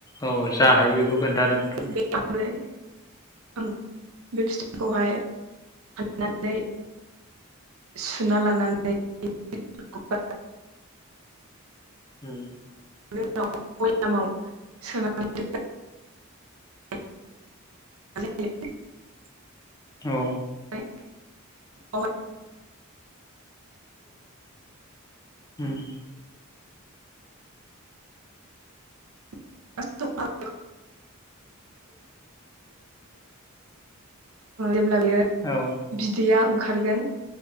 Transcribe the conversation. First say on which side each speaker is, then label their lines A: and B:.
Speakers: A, on the left (about 15°); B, on the right (about 80°).
A: औ जा हायो बेखौ खोन्थादो नोंथां।
B: बे थांलाय आं बे फिथाइखौहाय फाननानै सुना लानानै <unintelligible> <unintelligible>
A: उम
B: बिनि उनाव बयामाव सोनानै दोनो <unintelligible> <unintelligible>
A: औ
B: <unintelligible> <unintelligible> ओ
A: उम
B: <unintelligible> अब्ला बियो
A: औ
B: बिदैया ओंखारगोन